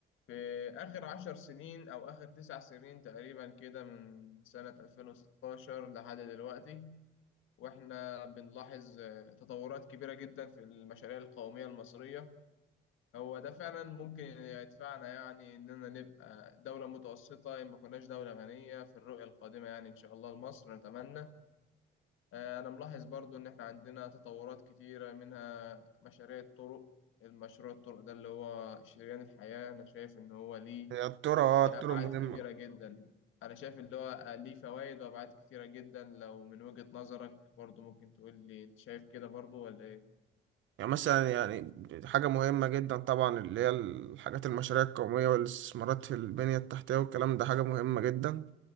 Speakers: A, on the left (about 85°); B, on the right (about 75°).
A: في آخر عشر سنين أو آخر تسع سنين تقريبا كده من سنة 2016 لحد دلوقتي وإحنا بنلاحظ آه، تطورات كبيرة جدا في المشاريع القومية المصرية هو ده فعلا ممكن يدفعنا يعني إننا نبقى دولة متوسطة إن ما كناش دولة غنية في الرؤية القادمة يعني إن شاء الله لمصر نتمنى آه، أنا ملاحظ برضو إن إحنا عندنا تطورات كتيرة منها مشاريع الطرق المشروع الطرق ده اللي هو شريان الحياة أنا شايف إن هو ليه
B: هي الترى اه
A: أبعاد
B: الترى مهمة
A: كبيرة جدا أنا شايف اللي هو ليه فوائد وأبعاد كتيرة جدا لو من وجهة نظرك برضو ممكن تقول لي أنت شايف كده برضو ولا إيه؟
B: يعني مثلا يعني حاجة مهمة جدا طبعا اللي هي الحاجات المشاريع القومية والاستثمارات في البنية التحتية والكلام ده حاجة مهمة جدا